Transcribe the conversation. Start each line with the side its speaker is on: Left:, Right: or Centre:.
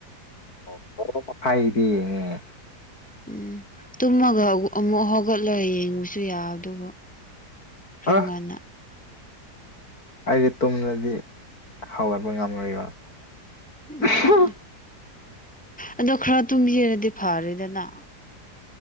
Left: ꯑꯣ ꯕꯔꯣ ꯃꯈꯥꯏꯒꯤꯗꯤ ꯌꯦꯡꯉꯦ
Centre: ꯎꯝ ꯇꯨꯝꯃꯒ ꯑꯃꯨꯛ ꯍꯧꯒꯠꯂ ꯌꯦꯡꯕꯁꯨ ꯌꯥꯕꯗꯨꯕꯨ ꯈꯔ
Left: ꯑ
Centre: ꯉꯟꯅ
Left: ꯑꯩꯗꯤ ꯇꯨꯝꯔꯗꯤ ꯍꯧꯒꯠꯄ ꯉꯝꯔꯣꯏꯕ
Centre: ꯎꯝ
Left: <unintelligible>
Centre: ꯑꯗꯣ ꯈꯔ ꯇꯨꯝꯕꯤꯔꯗꯤ ꯐꯔꯦꯗꯅ